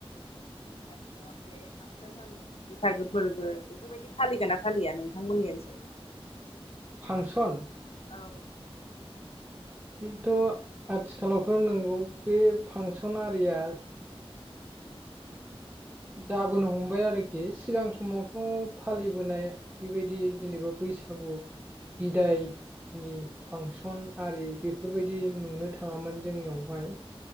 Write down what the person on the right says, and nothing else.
फांसन
बेथ' आथिखालावथ' नोंगौ बे फांसन आरिया जाबोनो हमबाय आरोखि सिगां समावथ' फालिबोनाय बेबायदि जेनेबा बैसागु बिदाय नि फांसन आरि बेफोरबायदि नुनो थाङामोन जोंनियावहाय।